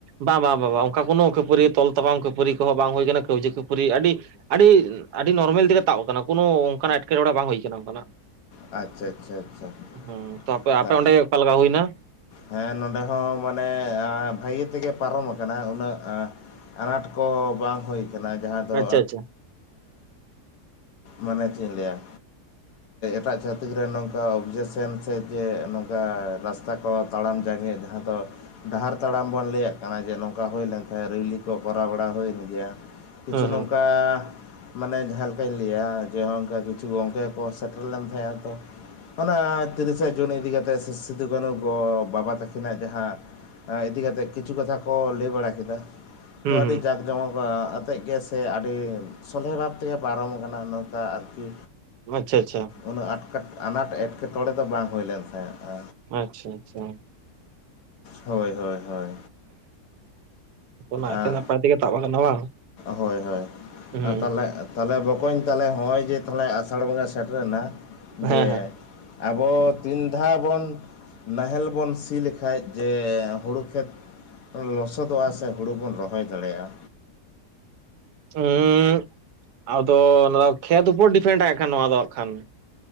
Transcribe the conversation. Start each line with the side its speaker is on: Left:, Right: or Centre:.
Right: ᱵᱟᱝ ᱵᱟᱝ ᱵᱟᱝ ᱚᱱᱠᱟ ᱠᱳᱱᱳ ᱠᱷᱟᱹᱯᱟᱹᱨᱤᱭᱟᱹ ᱛᱚᱞ ᱛᱟᱯᱟᱢ ᱠᱷᱯᱟᱹᱨᱤ ᱠᱚᱦᱚᱸ ᱵᱟᱝ ᱦᱩᱭ ᱟᱠᱟᱱᱟ ᱠᱟᱹᱣᱡᱤ ᱠᱷᱯᱟᱹᱨᱤ ᱟᱹᱰᱤ ᱟᱹᱰᱤ ᱟᱹᱰᱤ ᱱᱚᱨᱢᱮᱞ ᱛᱮᱜᱮ ᱛᱟᱵ ᱟᱠᱟᱱᱟ ᱠᱚᱱᱳ ᱚᱱᱠᱟᱱ ᱮᱴᱠᱮᱴᱚᱬᱮ ᱵᱟᱝ ᱦᱩᱭ ᱠᱟᱱᱟ ᱚᱱᱠᱟᱱᱟᱜ
Left: ᱟᱪᱪᱷᱟ ᱟᱪᱪᱷᱟ ᱟᱪᱪᱷᱟ
Right: ᱦᱮᱸ ᱛᱚ ᱟᱯᱮ ᱟᱯᱮ ᱚᱸᱰᱮ ᱚᱠᱟ ᱞᱮᱠᱟ ᱦᱩᱭᱱᱟ
Left: ᱦᱮᱸ ᱱᱚᱸᱰᱮ ᱦᱚᱸ ᱢᱟᱱᱮ ᱵᱷᱟᱹᱜᱤ ᱛᱮᱜᱮ ᱯᱟᱨᱚᱢ ᱟᱠᱟᱱᱟ ᱩᱱᱟᱹᱜ ᱟᱱᱟᱴ ᱠᱚ ᱵᱟᱝ ᱦᱩᱭ ᱠᱟᱱᱟ ᱡᱟᱦᱟᱸ ᱫᱚ
Right: ᱟᱪᱪᱷᱟ ᱟᱪᱪᱷᱟ
Left: ᱢᱟᱱᱮ ᱪᱤᱫ ᱤᱧ ᱞᱟᱹᱭᱟ ᱮᱴᱟᱜ ᱪᱷᱟᱹᱛᱤᱠ ᱨᱮ ᱱᱚᱝᱠᱟ ᱚᱵᱽᱡᱮᱠᱥᱮᱱ ᱥᱮ ᱪᱮ ᱱᱚᱝᱠᱟ ᱨᱟᱥᱛᱟ ᱠᱚ ᱛᱟᱲᱟᱢ ᱡᱟᱸᱜᱮᱫ ᱡᱟᱦᱟᱸ ᱫᱚ ᱰᱟᱦᱟᱨ ᱛᱟᱲᱟᱢ ᱵᱚᱱ ᱞᱟᱹᱭᱟᱜ ᱠᱟᱱᱟ ᱡᱮ ᱱᱚᱝᱠᱟ ᱦᱩᱭ ᱞᱮᱱᱠᱷᱟᱱ ᱨᱤᱣᱞᱤ ᱠᱚ ᱠᱚᱨᱟᱣ ᱵᱟᱲᱟ ᱦᱩᱭᱮᱱ ᱜᱮᱭᱟ᱾ ᱠᱤᱪᱷᱩ
Right: ᱦᱮᱸ
Left: ᱱᱚᱝᱠᱟ
Right: ᱦᱮᱸ
Left: ᱢᱟᱱᱮ ᱡᱟᱦᱟᱸ ᱞᱮᱠᱟᱧ ᱞᱟᱹᱭᱟ ᱡᱮ ᱱᱚᱜ ᱠᱟ ᱠᱤᱪᱷᱩ ᱜᱚᱝᱠᱮ ᱠᱚ ᱥᱮᱴᱮᱨ ᱞᱮᱱ ᱛᱟᱦᱮᱼᱟ ᱛᱚ ᱚᱱᱟ ᱛᱤᱨᱤᱥᱟ ᱡᱩᱱ ᱤᱫᱤ ᱠᱟᱛᱮᱫ ᱥᱮ ᱥᱤᱫᱩᱼᱠᱟᱱᱩ ᱜᱚ ᱵᱟᱵᱟ ᱛᱟᱹᱠᱤᱱᱟᱜ ᱡᱟᱦᱟᱸ ᱤᱫᱤ ᱠᱟᱛᱮᱫ ᱠᱤᱪᱷᱩ ᱠᱟᱛᱷᱟ ᱠᱚ ᱞᱟᱹᱭ ᱵᱟᱲᱟ ᱠᱮᱫᱟ
Right: ᱦᱩᱸ
Left: ᱛᱚ
Right: ᱦᱩᱸ
Left: ᱟᱹᱰᱤ ᱡᱟᱠ ᱡᱚᱢᱚᱠ ᱟᱛᱮᱜ ᱜᱮᱥᱮ ᱟᱹᱰᱤ ᱥᱚᱞᱦᱮ ᱵᱷᱟᱵ ᱛᱮᱜᱮ ᱯᱟᱨᱚᱢ ᱟᱠᱟᱱᱟ ᱱᱚᱝᱠᱟ ᱟᱨᱠᱤ
Right: ᱟᱪᱪᱷᱟ ᱟᱪᱪᱷᱟ
Left: ᱩᱱᱟᱹᱜ ᱟᱴᱠᱟᱴ ᱟᱱᱟᱴ ᱮᱴᱠᱮᱴᱚᱬᱮ ᱫᱚ ᱵᱟᱝ ᱦᱩᱭ ᱞᱮᱱ ᱛᱟᱦᱮᱸᱫ ᱟ
Right: ᱟᱪᱪᱷᱟ ᱟᱪᱪᱷᱟ
Left: ᱦᱳᱭ ᱦᱳᱭ ᱦᱳᱭ
Right: ᱱᱟᱭᱛᱮ
Left: ᱟ,
Right: ᱱᱟᱯᱟᱭ ᱛᱮᱜᱮ ᱛᱟᱵ ᱟᱠᱟᱱᱟ ᱵᱟᱝ
Left: ᱦᱳᱭ ᱦᱳᱭ
Right: ᱦᱮᱸ
Left: ᱛᱟᱦᱮ ᱛᱟᱦᱚᱞᱮ ᱵᱚᱠᱚᱧ ᱛᱟᱦᱮ ᱱᱚᱜᱼᱚᱭ ᱡᱮ ᱟᱥᱟᱲ ᱵᱚᱸᱜᱟ ᱥᱮᱴᱨᱮᱱᱟ
Right: ᱦᱮᱸ
Left: ᱡᱮ
Right: ᱦᱮᱸ
Left: ᱟᱵᱚ ᱛᱤᱱ ᱫᱷᱟᱣ ᱵᱚᱱ ᱱᱟᱦᱮᱞ ᱵᱚᱱ ᱥᱤ ᱞᱮᱠᱷᱟᱡ ᱡᱮ ᱦᱩᱲᱩ ᱠᱷᱮᱛ ᱞᱚᱥᱚᱫᱚᱜᱼᱟ ᱥᱮ ᱦᱩᱲᱩ ᱵᱚᱱ ᱨᱚᱦᱚᱭ ᱫᱟᱲᱮᱭᱟᱜᱼᱟ᱾
Right: ᱦᱩᱢᱸ ᱟᱫᱚ ᱚᱱᱟ ᱠᱷᱮᱛ ᱩᱯᱚᱨ ᱰᱤᱯᱮᱱᱰ ᱠᱷᱟᱱ ᱱᱚᱣᱟ ᱫᱚ ᱦᱟᱸᱜ ᱠᱷᱟᱱ